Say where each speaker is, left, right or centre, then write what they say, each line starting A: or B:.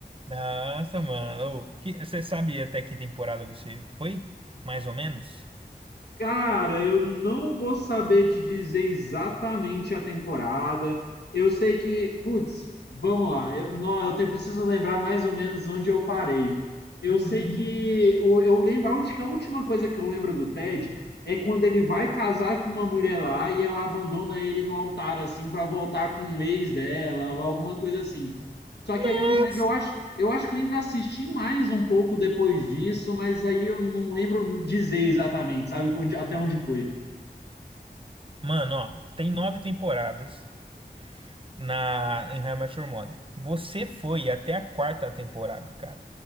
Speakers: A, on the right; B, on the left.
A: Nossa, mano. Ô, que- Você sabe até que temporada você foi? Mais ou menos?
B: Cara, eu não vou saber te dizer exatamente a temporada. Eu sei que, putz, vamos lá. Eu, não, eu te- preciso lembrar mais ou menos onde eu parei. Eu sei que o- eu, lembro, a última, a última coisa que eu lembro do Ted é quando ele vai casar com uma mulher lá e ela abandona ele no altar assim para voltar com o ex dela ou alguma coisa assim. Só que
A: Nossa!
B: aí eu não lembro, eu acho eu acho que eu ainda assisti mais um pouco depois disso, mas aí eu não lembro dizer exatamente, sabe, até onde foi.
A: Mano, ó, tem nove temporadas na em How I Met Your Mother. Você foi até a quarta temporada, cara.